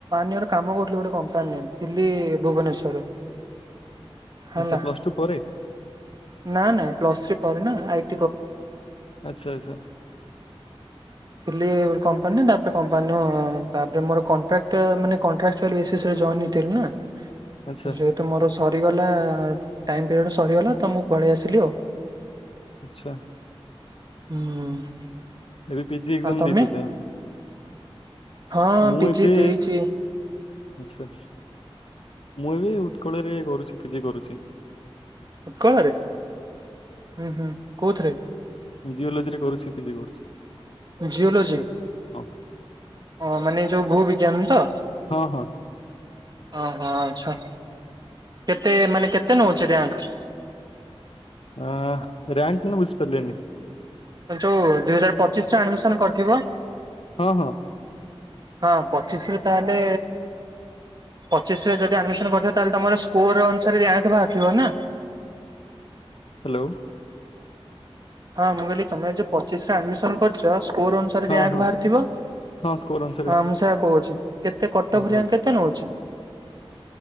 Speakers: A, on the right; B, on the left.
A: ଇଅର କାମ କରୁଥିଲି ଗୋଟେ କମ୍ପାନୀରେ ଥିଲି ଭୁବନେଶର ବିଷରେ <unintelligible> ହେଲା
B: ଆଚ୍ଛା ପ୍ଲସ ଟୁ ପରେ
A: ନା ନାଇଁ ପ୍ଲସ୍ ଥ୍ରୀ ପରେ ନା ଆଇ
B: ଆଚ୍ଛା ଆଚ୍ଛା ।
A: ଗ କମ୍ପାନୀ ତା <unintelligible> ହଁାନରେ ମୋରାକ୍ଇ ନା <unintelligible>
B: ଆଚ୍ଛା
A: ଯଉ ତୁମର ସରିଗଲା ଟାଇମ୍ ପିରିୟଡ଼ ସରିଗଲା ତ ମୁଁ ପଳେଇ ଆସିଲି ଆଉ
B: ଆଛା ।
A: ହୁଁ
B: ଏବେ ପିଜି ଏକ୍ଜାମ
A: ଆଉ ତମେ
B: ନେଇଛୁ ତ
A: ହଁ
B: ମୁଁ
A: ପିଜି
B: ଏବେ
A: ଦେଇଛି
B: ଆଛା। ମୁଁ ଏ ବି ଉତ୍କଳ ରେ କରୁଛି ପିଜି କରୁଛି।
A: ଉତ୍କଳରେ ହୁଁ ହୁଁ କୋଉଥିରେ?
B: ଜିଓଲୋଜି ରେ କରୁଛି ପିଜି କରୁଛି।
A: ଜିଓଲୋଜି
B: ହଁ
A: ହଁ ମାନେ ଯୋଉ ଭୂ ବିଜ୍ଞାନରେ ତ।
B: ହଁ ହଁ।
A: ଅ ହ ଆଛା। କେତେ ମାନେ କେତେ ନଉଛି ରିଆଙ୍କ?
B: ହ ରିଆଙ୍କ ମାନେ ବୁଝିପାରିଲିନି।
A: ଯୋଉ ଦୁଇ ହଜାର ପଚିଶରେ ଆଡମିନ କରିଥିବ।
B: ହଁ ହଁ
A: ହଁ ପଚିଶ ରେ ତାହେଲେ ପଚିଶରେ ଯଦି ଆଡମିନ କରିିବ ତାହଲେ ତମର ସ୍କୋର ଅନୁସାରେ ରାଆଙ୍କ ବାହାରୁଥିବ ନା? <inaudible>
B: ହ୍ୟାଲୋ।
A: ହଁ ମୁଁ କହିଲି ତମେ ଯୋଉ ପଚିଶ ରେ ଆଡମିସନ କରିଛ। କୋର ଅନୁସାରେ
B: ହଁ
A: ରିଆଙ୍କ
B: ହଁ
A: ବାହାରିଥିବ
B: ହଁ ସ୍କୋର ଅନୁସାରେ
A: ହଁ ମୁଁ ସେୟଆ କହୁଛି। କେତେ କଟଅଫ୍
B: <unintelligible>
A: ରାଙ୍କ
B: ଅ
A: କେତେ ନଉଛି?